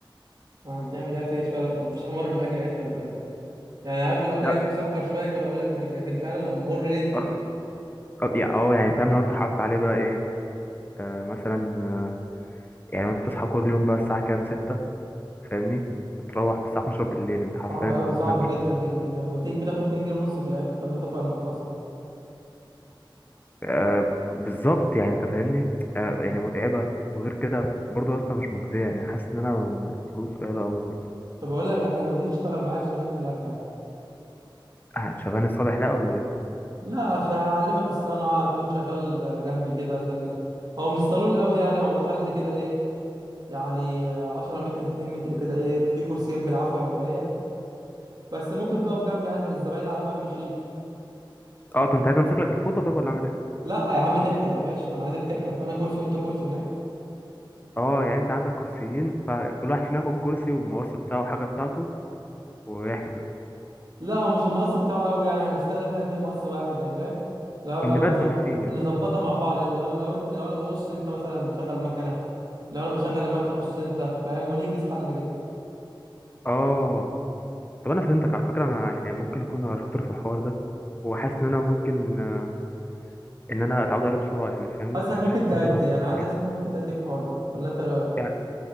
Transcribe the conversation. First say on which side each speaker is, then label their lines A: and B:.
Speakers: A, on the right; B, on the left.
A: ما احنا بتعمل اكل عيش فعلا مفيش امر من اكل العيش خلي بالك يعني عارف لو اكل
B: لا
A: العيش مسكر شويه كان اقول لك ماشي لكن فعلا امر جدا
B: اه أه، يعني اه يعني فاهم لو انت حاطط عليه بقى ايه آه مثلا آه، يعني انت بتصحى كل يوم بقى الساعه كام 6 فاهمني بتروح الساعه 12 بالليل انت حرفيا
A: صعب قوي
B: ما بتنامش
A: صعبه جدا جدا يعني وتليك بتاخد 2 جنيه ونص في الاخر طب ما اضافه على المحفظه
B: آه بالظبط يعني انت فاهمني آه يعني متعبه وغير كده برضه يا اسطى مش مجزيه يعني حاسس ان انا الفلوس قليله قوي برضه
A: طب اقول لك على حاجه ما تيجي تشتغل معايا في صالون الحلاقه بتاعتي
B: هتشغلني الصبح لا ولا ايه
A: لا عشان اعلمك الصنعه اكون شغال جنبي كده عشان هو مش صالون قوي يعني هو محل كده ايه يعني عشرة متر في اتنين متر كده ايه في كرسيين بالعافية ومراية بس ممكن تقف جنبي عشان الزباين على قفا من يشيل
B: اه طب انت عايز امسك لك الفوطه طب ولا اعمل ايه
A: لا يا عم تحلق يا باشا انا عايزك تحلق انا كرسي وانت كرسي ونحلق
B: اه يعني انت عندك كرسيين فكل واحد فينا ياخد كرسي والمقص بتاعه وحاجه بتاعته واحنا
A: لا هو مش المقص بتاعه قوي يعني هنستخدم احنا الاتنين مقص واحد يعني فاهم لا
B: نبدل
A: ما نظب...
B: فيه
A: نظبطها مع بعض يعني لو لو انت لو انا بقص انت مثلا شغل مكنة لو انا بشغل المكنة قص انت فاهم وننجز حالنا كده
B: اه طب انا فهمتك على فكره انا يعني ممكن اكون شاطر في الحوار ده وحاسس ان انا ممكن آه، ان انا اتعود عليه بسرعه يعني فاهمني
A: حاسسك ممكن
B: مش حاسس
A: تأدي
B: ان انا هتخاف
A: يعني عندي
B: فيه.
A: حاسس انت ممكن تأدي في الحوار ده ولا انت إيه رأيك
B: يعني